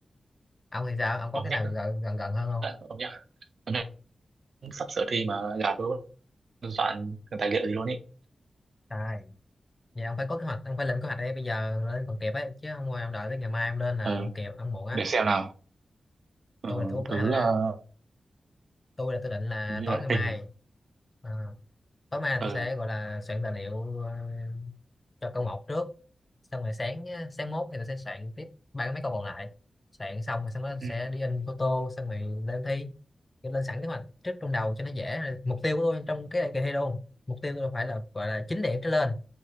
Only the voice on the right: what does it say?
âm
nhạc
âm nhạc âm nhạc cũng sắp sửa thi mà gà tôi cũng soạn cái tài liệu gì luôn ý
ừ,
để xem nào ừ,
thứ
ờ,
hình như
là
hình
ừ.
ừ.